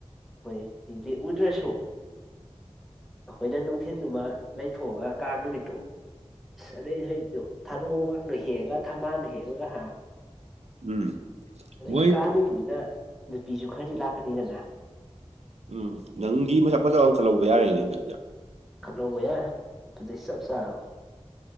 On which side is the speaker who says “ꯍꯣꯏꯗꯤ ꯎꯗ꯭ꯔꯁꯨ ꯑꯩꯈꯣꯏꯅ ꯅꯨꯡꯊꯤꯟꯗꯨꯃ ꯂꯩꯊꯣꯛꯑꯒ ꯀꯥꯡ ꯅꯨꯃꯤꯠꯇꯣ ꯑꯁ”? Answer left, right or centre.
Centre